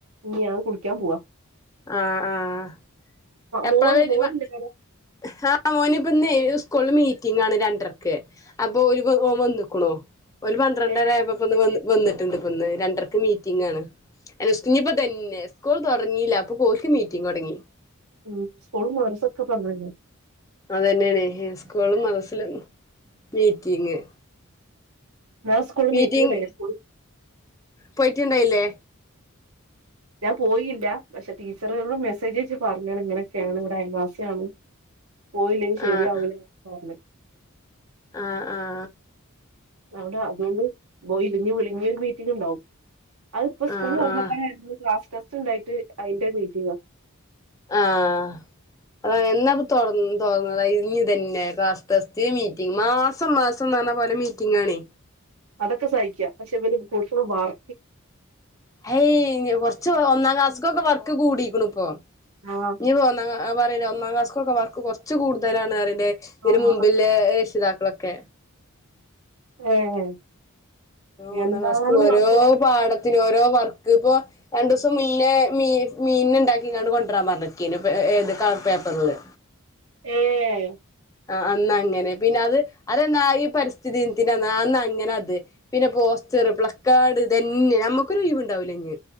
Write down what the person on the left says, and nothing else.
ആഹ് ആഹ് എപ്പ്ളാ
വെര്
വ ഹാ ആഹ് മോന് ഇപ്പന്നെ സ്കൂള് മീറ്റിംഗാണ് രണ്ട്രക്ക് അപ്പോലിപ ഓവന്ന്ക്ക്ണു ഓല് പന്ത്രണ്ടര
ആയപൊപ്പൊന്ന് വന്ന് വന്നിട്ടിണ്ട് ഇപ്പന്ന് രണ്ട്രക്ക് മീറ്റിംഗാണ് അൽസ് ഇഞ്ണിപ്പതന്നെ സ്കൂൾ തൊർങ്ങീല്ല അപ്പൊക്കോൽക്ക് മീറ്റിങ്ങൊടങ്ങി
അതെന്നേണെ ഇസ്കൂളും മദ്രസ്ലും മീറ്റിംഗ്
മീറ്റിംഗ്
പോയ്റ്റിണ്ടായ്ലേ
ആഹ്
ആഹ് ആഹ്
ആഹ്
ആഹ്
ആഹ് അതാണ് എന്നാപ്പ തൊർ തൊർന്നത് അ ഇഞ്ഞിതെന്നെ ക്ലാസ് ടെസ്റ്റ് മീറ്റിംഗ് മാസ് സം മാസന്നർഞ്ഞ പല മീറ്റിംഗാണേ
ഹെയ് കൊർച്ച് ഒന്നാം ക്ലാസ്കൊക്കെ വർക്ക് കൂടീക്ക്ണുപ്പൊ
ഇഞിപ്പൊന്നാ ആ പറീണെ ഒന്നാ ക്ലാസ്കൊക്കെ വർക്ക് കൊർച്ച് കൂട്തലാണറീണ്ടെ ഇന്
മുമ്പില്ലെ ഷിതാക്കളൊക്കെ
ഊന്നാം
ക്ലാസ്ക് ഓരോ
പാടത്തിനു ഓരോ വർക്ക് ഇപൊ രണ്ടൂസം മുന്നേ മീ മീന്നെ ഇണ്ടാക്കീങ്ങാണ്ട് കൊണ്ട്രാൻ പർഞ്ഞെക്കീന് പ എ ഏത് കളർ പേപ്പർല്
ആഹ് അന്നങ്ങനെ പിന്നെ അത് അതെന്നാ ഈ പരിസ്ഥിതി ദിൻത്തിൻ്റന്ന് ആ അന്നങ്ങനെ അത് പിന്നെ പോസ്റ്ററ് പ്ലക്കാഡ് ഇതെന്നെ നമ്മക്കൊരു ഒയ്വിണ്ടാവ്ലഞ്ഞ്